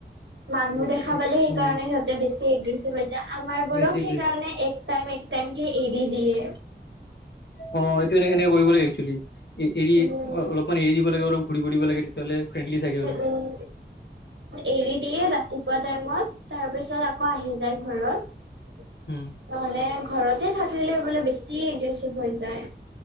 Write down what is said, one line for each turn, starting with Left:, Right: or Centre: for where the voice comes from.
Right: মানুহ
Left: উম
Right: দেখা পালে সেইকাৰণে সিহঁতে বেছি এগ্ৰেচিভ হৈ যায় আমাৰ বোৰক
Left: বেছি এগ্ৰেছিভ।
Right: সেইকাৰণে এক টিকে একটাইমকে এৰি দিয়ে
Left: অ এইটো এনে এনে কৰিব লাগে একচোৱেলি এৰি
Right: উম উম
Left: অলপমান এৰি দিব লাগে অলপ ঘূৰি দিব লাগে তেতিয়া লে ফ্ৰেণ্ডলি থাকে অলপ
Right: উম <inaudible> এৰি দি পোৱা টাইমত তাৰ পিছত আকৌ আহি যায় ঘৰত
Left: উম
Right: নহ'লে ঘৰতে থাকিলে বোলে বেছি এগ্ৰেচিভ হৈ যায়